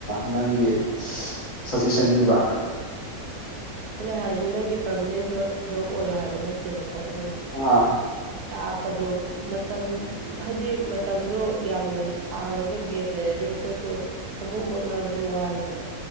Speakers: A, on the left (about 55°); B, on the right (about 80°).
A: ꯅꯪꯒꯤ ꯁꯖꯦꯁꯟꯅꯤꯕ
B: ꯑꯩꯅ ꯍꯥꯏꯁꯦ ꯅꯪꯒꯤ ꯄꯔꯃꯤꯅꯦꯟ ꯖꯣꯞ ꯖꯣꯞ ꯑꯣꯏꯌꯣ ꯍꯥꯏꯕ ꯅꯠꯇꯦꯕꯀꯣ ꯑꯗꯨ
A: ꯑꯥ
B: ꯇꯥꯛꯄꯗꯨ ꯃꯇꯝ ꯍꯥꯏꯗꯤ ꯃꯇꯝꯗꯣ ꯌꯥꯝꯅ ꯁꯥꯡꯂꯒ ꯒꯦꯞ ꯂꯩꯔꯗꯤ ꯑꯩꯈꯣꯏꯁꯨ ꯑꯃꯨꯛ ꯍꯣꯠꯅꯕꯗꯨ ꯋꯥꯏꯗꯅ